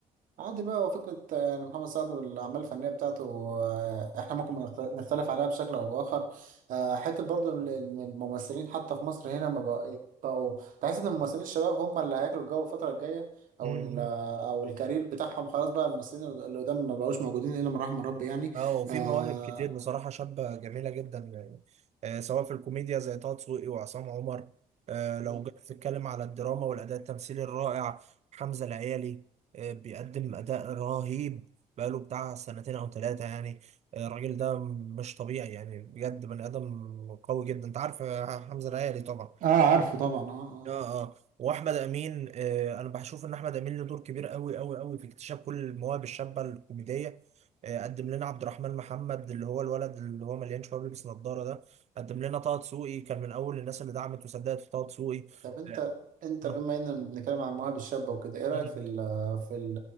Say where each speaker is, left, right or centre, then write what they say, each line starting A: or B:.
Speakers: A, on the right; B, on the right.
A: عادي بقى هو فكرة آه، إن محمد سعد والأعمال الفنية بتاعته آه، إحنا ممكن نخت- نختلف عليها بشكل أو بآخر آه، حتة برضو إن إن الممثلين حتى في مصر هنا ما بقى- بقوا تحس إن الممثلين الشباب هم اللي هياكلوا الجو الفترة الجاية أو
B: امم
A: ال آه، أو الكارير بتاعهم خلاص بقى الممثلين اللي قدام ما بقوش موجودين إلا من رحم ربي يعني
B: اه وفي
A: آه
B: مواهب كتير بصراحة شابة جميلة جدا يعني آه سواء في الكوميديا زي طه دسوقي وعصام عمر آه
A: مم.
B: لو جيت تتكلم على الدراما والأداء التمثيلي الرائع حمزة العيالي آه بيقدم أداء رهيب بقاله بتاع سنتين أو ثلاثة يعني آه الراجل ده مش طبيعي يعني بجد بني آدم قوي جدا أنت عارف آه، حمزة العيالي طبعا
A: اه عارفه طبعا اه اه
B: اه اه واحمد امين آه انا بشوف ان احمد امين له دور كبير قوي قوي قوي في اكتشاف كل المواهب الشابه الكوميديه آه قدم لنا عبد الرحمن محمد اللي هو الولد اللي هو مليان شباب بيلبس نظاره ده قدم لنا طه دسوقي كان من اول الناس اللي دعمت وصدقت في طه دسوقي
A: طب أنت
B: اه
A: أنت
B: آه.
A: بما إننا بنتكلم عن المواهب الشابة وكده إيه رأيك
B: مم.
A: في ال في ال